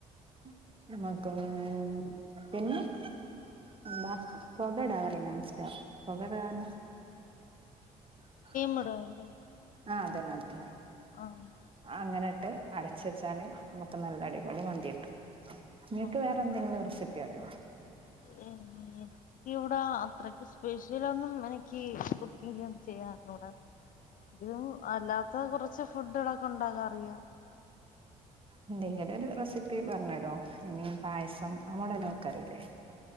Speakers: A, on the right (about 30°); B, on the left (about 45°).
A: <unintelligible> പിന്നെ <unintelligible>
B: <unintelligible>
A: ആഹ് അതന്നെ അതന്നെ
B: ആഹ്
A: അങ്ങനെ ഇട്ട് അടച്ച് വെച്ചാല് നമുക്ക് നല്ല അടിപൊളി മന്തി കിട്ടും നിങ്ങക്ക്
B: ആഹ്
A: വേറെ എന്തെങ്കിലും റെസിപ്പി അറിയോ
B: എനിക്ക് ഇവിടാ അത്രക്ക് സ്പെഷ്യൽ ഒന്നും എനിക്ക് കുക്ക്ചെയ്യാൻ ചെയ്യാ അറിഞ്ഞൂടാ ഇതും അല്ലാത്ത കുറച്ച് ഫുഡ്കളൊക്ക ഉണ്ടാക്കാ അറിയ
A: എന്തെങ്കിലും ഒരു റെസിപ്പി പറഞ്ഞരോ ഐ മീൻ പായസം അമോടലൊക്കറീല്ലേ